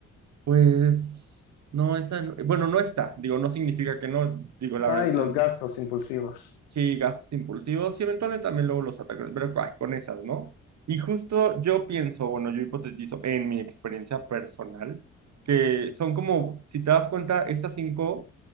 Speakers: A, on the right; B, on the left.
A: Pues no, esa, no- bueno, no está, digo, no significa que no, digo, la
B: Ay,
A: verdad es que
B: los gastos impulsivos.
A: sí, gastos impulsivos y eventualmente también luego los ataques, pero ay, con esas, ¿no? Y justo yo pienso, bueno, yo hipotetizo en mi experiencia personal, que son como, si te das cuenta, estas cinco